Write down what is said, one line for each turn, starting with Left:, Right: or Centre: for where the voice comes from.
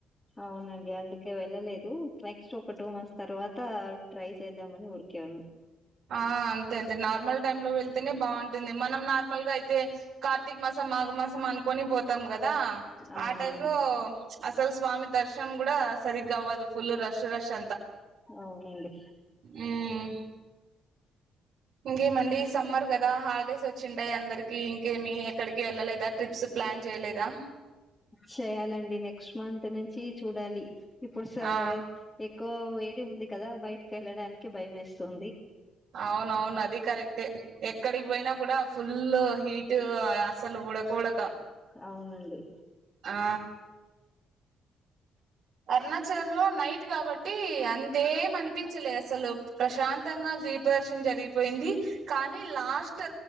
Left: అవునండి అందుకే వెళ్ళలేదు నెక్స్ట్ ఒక టూ మంత్స్ తర్వాత త ట్రై చేద్దామని ఊరికే ఉన్నాం
Right: ఆ అంతే అంతే నార్మల్ టైమ్ లో వెళ్తేనే బాగుంటుంది మనం నార్మల్ గా అయితే కార్తీక మాసం మాఘ మాసం అనుకొని పోతాం కదా దా
Left: అవునవును
Right: ఆ టైమ్ లో అసలు స్వామి దర్శనం కూడా సరిగ్గా అవ్వదు ఫుల్ రష్ రష్
Left: అవునండి
Right: మ్మ్ ఇంకేమండి సమ్మర్ కదా హాలిడేస్ వచ్చింటాయ్ అందరికి ఇంకేమి ఎక్కడికి వెళ్ళలేదా ట్రిప్స్ ప్లాన్ చేయలేదా
Left: చేయాలండి నెక్స్ట్ మంత్ నుంచి చూడాలి ఇప్పుడు స
Right: ఆ
Left: ఏ క్కువ వేడి ఉంది కదా బయటికి వెళ్ళడానికి భయం వేస్తుంది.
Right: అవునవును అది కరెక్టే ఎక్కడికి పోయినా కూడా ఫుల్ హీటు ఆ సలు ఉడక ఉడక
Left: అవునండి
Right: ఆ అరుణాచలం లో నైట్ కాబట్టి అంతేం అనిపించలే అసలు ప్రశాంతంగా దప జరిగిపోయింది కానీ కానీ last